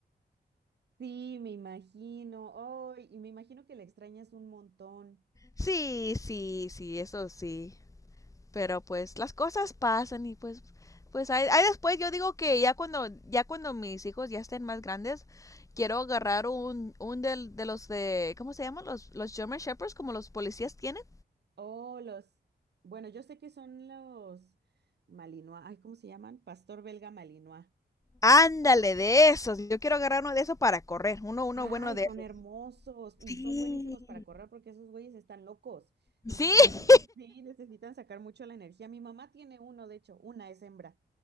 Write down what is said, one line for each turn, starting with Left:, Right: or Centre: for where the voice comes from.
Right: Sí, me imagino. Oh, y me imagino que la extrañas un montón.
Left: Sí, sí, sí, eso sí. Pero pues las cosas pasan y pues pues ahí, ahí después yo digo que ya cuando ya cuando mis hijos ya estén más grandes quiero agarrar un, un del, de los de ¿cómo se llaman? Los los German Shepherds como los policías tienen.
Right: Oh, los. Bueno, yo sé que son los Malinois. Ay, ¿cómo se llaman? Pastor belga Malinois.
Left: Ándale de esos. Yo quiero agarrar uno de esos para correr, uno uno
Right: Ay,
Left: bueno de
Right: son
Left: esos.
Right: hermosos y
Left: Sí.
Right: son buenísimos para correr porque esos güeyes están locos. Necesitan,
Left: Sí.
Right: des- sí, necesitan sacar mucho la energía. Mi mamá tiene uno, de hecho, una es hembra.